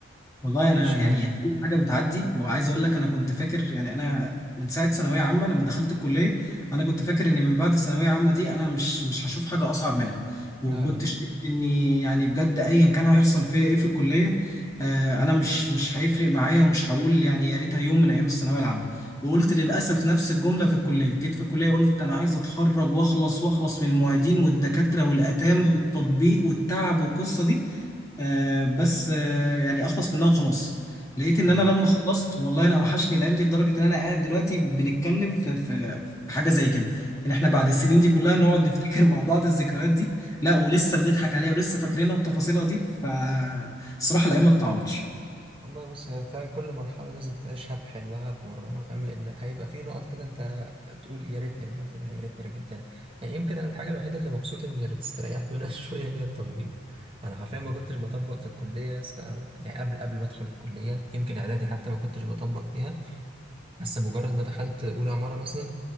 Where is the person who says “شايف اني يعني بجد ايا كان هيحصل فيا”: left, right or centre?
Left